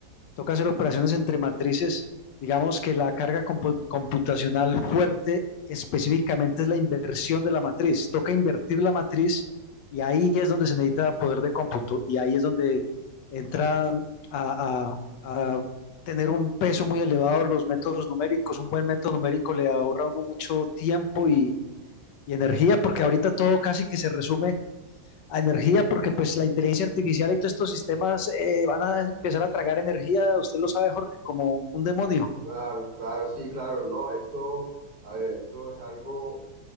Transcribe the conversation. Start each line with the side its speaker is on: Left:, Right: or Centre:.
Left: toca hacer operaciones entre matrices. Digamos que la carga compu- computacional fuerte específicamente es la inversión de la matriz. Toca invertir la matriz y ahí es donde se necesita poder de cómputo y ahí es donde entran a, a- a tener un peso muy elevado los métodos numéricos. Un buen método numérico le ahorra a uno mucho tiempo y, y energía porque ahorita todo casi que se resume a energía, porque pues la inteligencia artificial y todos estos sistemas eh, van a empezar a tragar energía, usted lo sabe, Jorge, como un demonio.
Right: Claro, claro, sí, claro, no, esto, a ver, esto es algo